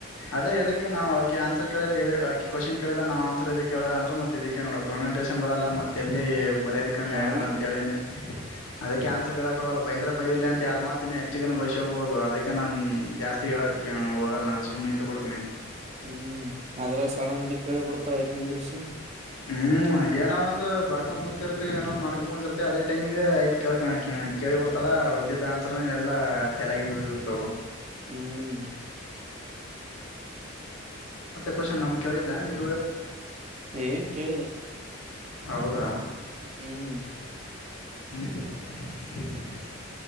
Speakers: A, on the left; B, on the right.
A: ಅದೇ ಇದದಕ್ಕೆ ನಾವು ಅವಕ ಆನ್ಸರ್ ಕೇಳಾಗ ಕ್ವಶನ್ ಕೇಳಿದ ನಾ್ ಆನ್ಸರ್ ಇದ ಹೇಳಾರ ಅಂದ್ರೆ ಮತ್ತೆ ಇದಕ್ಕೆ ನೋಡ ಪ್ರೊಂಟೇಷನ್ ಬರಲ್ಲ ಮತ್ತ ಎಲ್ಲಿ ಮರ್ಯಾದೆ ಕಮ್ಮಿ
B: ಹಾ
A: ಆಗತ್ತ ಅಂತೇಳನೆ ಅದಕ್ಕೆ ಆನ್ಸರ್ ಹೇಳಕ್ಗಲ್ಲ ಬೈದ್ರ ಬೈ ಇಲಿ ಅಂತ ಎರಡು ಮಾತಿನ ಹೆಚ್ಚುಗ ಬಯಸಬಹುದು ಅದಕ್ಕೆ ನಾನ್ ಜಾಸ್ತಿ ಕೇಳಕ್ಕೆ ಹೋಗಲ್ಲ ನಾನು ಸುಮ್ಮನೆ ನಿಂತು ಬಿಡ್ತೀನಿ
B: ಹ್ಮ್ ಅದ್ರಾಗ ಸಡನ್ಲಿ ಕೇಳಿ ಬಿಡ್ತಲ್ಲ ಇದ್ನ್ರಷ
A: ಹ್ಮ್ ಏನಾವ ಒಂದು ಬರ್ಕೊ ಕುಂತರ್ತ್ತ ಏ ಮಾಡ್ಕೊಂಡಂತಿರುತ್ತೆ ಅದೇ ಟೈಮಗ ಆಯ ಕ ಕೇಳಿ ಬಿತಳದ್ದಿದ್ದ ಅನ್ಸ ಎಲ್ಲ ಚಲಾಗಿಂದು ಹೋಗಿ ಬಿಡ್ವವು
B: ಹ್ಮ್
A: ಕ್ವನ್ ನಮ ಕೇಳಿದ್ದ ಇ
B: ಏನ್ ಕೇಳಿಲ್ಲ
A: ಹೌದಾ
B: ಹ್ಮ್
A: <inaudible>